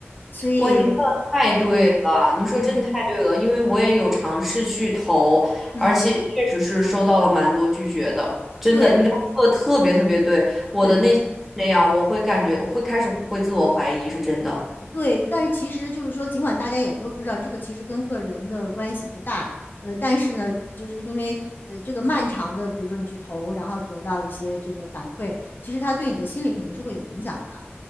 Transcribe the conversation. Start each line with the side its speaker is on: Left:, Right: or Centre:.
Left: 所以，
Centre: 哇，您说的太对了，
Left: 嗯
Centre: 您说真的太对了，
Left: 嗯
Centre: 因为我也有尝试去投，
Left: 嗯，
Centre: 而且确实是收到了蛮多拒绝的，真的，
Left: 对
Centre: 您刚刚说的特别特别对，我的内心是那样，
Left: 对
Centre: 我会感觉，我会开始会自我怀疑，是真的，
Left: 对。但是其实就是说，尽管大家也都知道这个其实跟个人的关系不大，呃，但是呢，就是因为呃这个漫长的，比如说你去投，然后得到一些这个反馈，其实它对你的心理肯定是会有影响的。